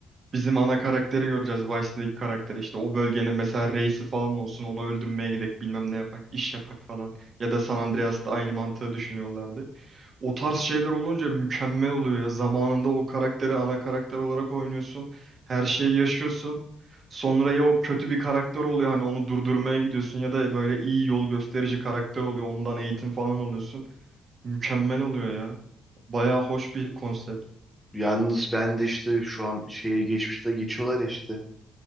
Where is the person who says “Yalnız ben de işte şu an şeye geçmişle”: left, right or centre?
Centre